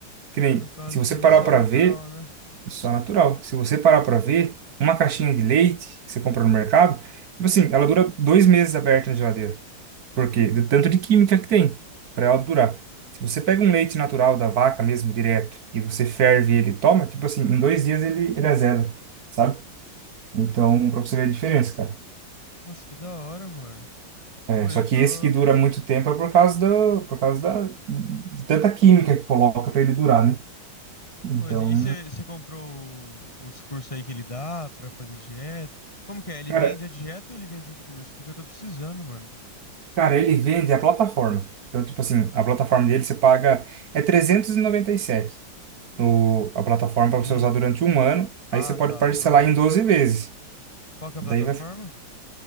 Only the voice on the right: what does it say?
Que nem,
se você
parar
pra
ver,
é só natural. Se você parar pra ver, uma caixinha de leite que você compra no mercado, tipo assim, ela dura dois meses aberta na geladeira. Porque do tanto de química que tem para ela durar. Se você pega um leite natural da vaca mesmo, direto, e você ferve ele e toma, tipo assim, em dois dias ele, ele azeda, sabe? Então, pra você ver a diferença, cara.
É,
só
que
esse que dura muito tempo é por causa do, por causa da, de tanta química que coloca para ele durar, né? Então,
cara,
cara, ele vende a plataforma. Então, tipo assim, a plataforma dele você paga é trezentos e e noventa e sete o, a plataforma para
você usar durante um ano.
Aí você pode
parcelar
em 12 vezes.
Daí
vai. fi-